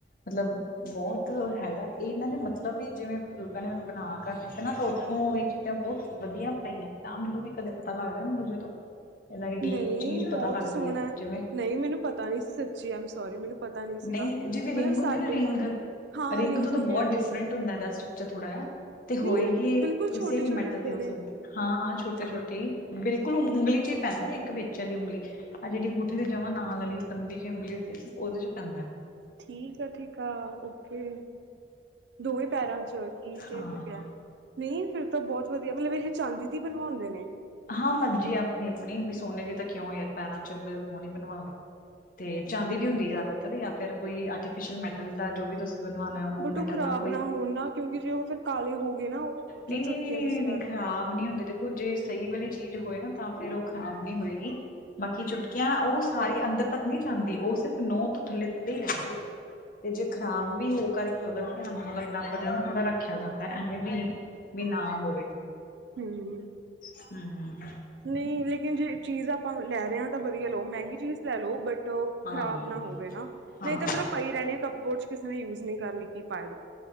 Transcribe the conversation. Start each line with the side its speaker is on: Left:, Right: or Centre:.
Left: ਮਤਲਬ ਬਹੁਤ ਹੈਗਾ ਇਹਨਾਂ ਦੇ ਮਤਲਬ ਵੀ, ਜਿਵੇਂ ਬਜ਼ੁਰਗਾਂ ਨੇ ਹ ਬਣਾ ਕਰ ਦਿੱਤੇ ਨਾ, ਤਾਂ ਉੱਥੋਂ ਇਹ ਚੀਜ਼ਾਂ ਬਹੁਤ ਵਧੀਆ ਬਣਾਈਆਂ ਨੇ। ਤਾਂ ਮੈਨੂੰ ਵੀ ਕਦੇ ਪਤਾ ਲੱਗਦਾ, ਮੈਨੂੰ ਜਦੋਂ ਇਹਨਾਂ ਦੀ ਡੀਪ
Right: ਨਹੀਂ
Left: ਚੀਜ਼
Right: ਬਹੁਤ
Left: ਪਤਾ ਲੱਗਦੀ
Right: ਸੋਹਣਾ,
Left: ਹੈ ਜਿਵੇਂ
Right: ਨਹੀਂ ਮੈਨੂੰ ਪਤਾ ਨੀ ਜੀ ਐਮ ਸੋਰੀ ਮੈਨੂੰ ਪਤਾ ਨੀ
Left: ਨਹੀਂ
Right: ਸੀਗਾ,
Left: ਜਿਵੇਂ ਰਿੰਗ
Right: ਮਤਲਬ
Left: ਹੁੰਦੇ
Right: ਸਾਡੇ
Left: ਨਾ ਰਿੰਗ
Right: ਤਾਂ ਹਾਂ
Left: ਰਿੰਗ
Right: ਰਿੰਗਸ
Left: ਤੋਂ
Right: ਹੁੰਦੀਆਂ
Left: ਤਾਂ ਬਹੁਤ
Right: ਨੇ
Left: ਡਿਫਰੈਂਟ ਹੁੰਦਾ, ਰੈਸਟ ਥੋੜਾ ਜਹਾ ਤੇ ਹੋਏਗੀ,
Right: ਨਹੀਂ ਉਹ ਬਿਲਕੁਲ
Left: ਕਿਸੇ
Right: ਛੋਟੇ
Left: ਵੀ
Right: ਛੋਟੇ
Left: ਮੈਟਲ
Right: ਹੁੰਦੇ
Left: ਦੀ ਹੋ
Right: ਨੇ
Left: ਸਕਦੀ ਹਾਂ, ਹਾਂ ਛੋਟੇ-ਛੋਟੇ ਬਿਲਕੁਲ ਉਂਗਲੀ ਚ ਹੀ ਪੈਂਦਾ, ਇੱਕ ਵਿੱਚ ਵਾਲੀ ਉਂਗਲੀ ਆ, ਜਿਹੜੀ ਅੰਗੂਠੇ ਦੀ ਜਮਾਂ ਨਾਲ ਵਾਲੀ ਲੰਬੀ ਜਿਹੀ ਉਂਗਲੀ ਉਹਦੇ ਚ ਪੈਦਾ।
Right: ਠੀਕ ਆ, ਠੀਕ ਆ, ਓਕੇ। ਦੋਵੇਂ ਪੈਰਾਂ ਚ ਠੀਕ ਹੈ,
Left: ਹਾਂ
Right: ਠੀਕ ਹੈ। ਨਹੀਂ ਫਿਰ ਤਾਂ ਬਹੁਤ ਵਧੀਆ, ਮਤਲਬ ਇਹ ਚਾਂਦੀ ਦੀ ਬਣਵਾਉਂਦੇ ਨੇ।
Left: ਹਾਂ ਮਰਜੀ ਆਪਣੀ- ਆਪਣੀ ਵੀ, ਸੋਨੇ ਦੀ ਤਾਂ ਕਿਉਂ ਹੋ, ਯ ਪੈਰਾਂ ਚ ਫਿਰ ਕੌਣ ਹੀ ਬਣਵਾਵੇ। ਤੇ ਚਾਂਦੀ ਦੀ ਹੁੰਦੀ ਜ਼ਿਆਦਾਤਰ, ਜਾਂ ਫਿਰ ਕੋਈ ਆਰਟੀਫਿਸ਼ਲ ਮੈਟਲ ਦਾ ਜੋ ਵੀ ਤੁਸੀਂ ਬਣਵਾਉ
Right: ਬਟ
Left: ਉਹ ਮੈਟਲ
Right: ਖ਼ਰਾਬ
Left: ਦਾ ਕੋਈ
Right: ਨਾ ਹੋਣ ਨਾ ਕਿਉਂਕਿ ਜੇ ਉਹ ਫਿਰ ਕਾਲੇ ਹੋ ਗਏ ਨਾ ਉਹ ਜੋ
Left: ਨਹੀਂ,
Right: ਚੁਟਕੀਆਂ
Left: ਨਹੀਂ, ਨਹੀ
Right: ਤੁਸੀਂ ਕਹਿ ਰਹੇ
Left: ਖ਼ਰਾਬ
Right: ਹੋ
Left: ਨਹੀਂ ਹੁੰਦੇ ਤੇ ਜੇ ਸਹੀ ਵਾਲੀ ਚੀਜ਼ ਹੋਏ ਨਾ, ਤਾਂ ਫ਼ੇਰ ਉਹ ਖ਼ਰਾਬ ਨੀ ਹੋਏਗੀ, ਬਾਕੀ ਚੁਟ ਕਿਆ ਉਹ ਸਾਰੀ ਅੰਦਰ ਤੱਕ ਨਹੀਂ ਜਾਂਦੀ? ਉਹ ਸਿਰਫ ਨੋਹ ਤੋਂ ਥੱਲੇ ਥੱਲੇ ਹੀ ਰਹਿੰਦੀ ਹੈ। ਤੇ ਜੇ ਖਰਾਬ ਵੀ ਹੋ ਕਰਕੇ ਉਹਦਾ ਵੀ ਧਿਆਨ ਮਤਲਬ ਆਪਣਾ ਨਾ ਥੋੜ੍ਹਾ ਰੱਖਿਆ ਜਾਂਦਾ, ਐਵੇਂ ਵੀ ਨਹੀਂ। ਵੀ ਨਾ ਹੋਵੇ।
Right: ਹਮ <unintelligible>
Left: ਹਮ <unintelligible>
Right: ਨਹੀਂ, ਲੇਕਿਨ ਜੇ ਚੀਜ਼ ਆਪਾਂ ਲੈ ਰਹੇ ਹਾਂ, ਤਾਂ ਵਧੀਆ ਲਓ, ਮਹਿੰਗੀ ਚੀਜ਼ ਲੈ ਲਓ ਬਟ ਉਹ
Left: ਹਾਂ
Right: ਖਰਾਬ ਨਾ ਹੋਵੇ ਨਾ,
Left: ਹਾਂ
Right: ਨਹੀਂ ਤਾਂ ਫੇਰ ਉਹ ਪਈ ਰਹਿਣੀ ਆ, ਕੱਪ ਬੋਰਡ ਚ ਕਿਸੇ ਨੇ ਯੂਜ ਨਹੀਂ ਕਰਨੀ, ਕੀ ਫਾਇਦਾ?